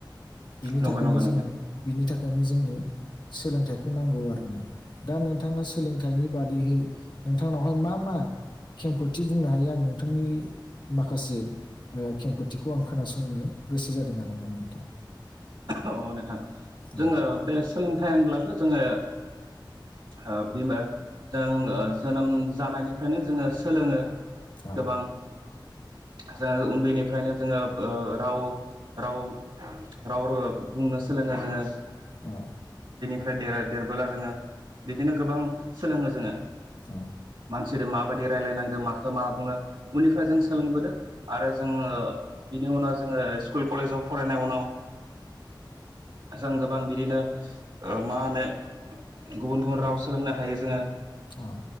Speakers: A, on the left; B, on the right.
A: बिनि
B: नंगौ
A: थाखायनो
B: नंगौ
A: जोङो
B: नोंथां
A: बिनि थाखायनो जोंनो सोलोंथाइखौ नांगौ आरोना दा नोंथाङा सोलोंथाइनि बादैहै नोंथांनावहाय मा मा खेमखोथि बुंनो हायो आं नोंथांनि माखासे ओ खेंफोथिखौ आं खोनासंनो गोसो जादों आरोना नोंथां।
B: अ नोंथां जोङो
A: औ
B: बे सोलोंथाइ होनब्लाथ' जोङो ओ बिमा जों जोनोम जानायनिफ्रायनो जोङो सोलोङो
A: औ
B: गोबां <unintelligible> बेनिफ्रायनो जोङो ओ राव राव राव बुंनो सोलोङो जोङो
A: औ
B: फ्राय दरा-देरबोला जोङो बिदिनो गोबां सोलोङो जोङो।
A: औ
B: जेरै माबायदि रायलायनांगो माखौ मा बुङो बेनिफ्राय जों सोलोंबोददों आरो जोङो बिनि उनाव जोङो स्कुल कलेजाव फरायनाय उनाव
A: <inaudible>
B: जों गोबां बिदिनो मा होनो गुबुन गुबुन राव सोलोंनो हायो जोङो
A: औ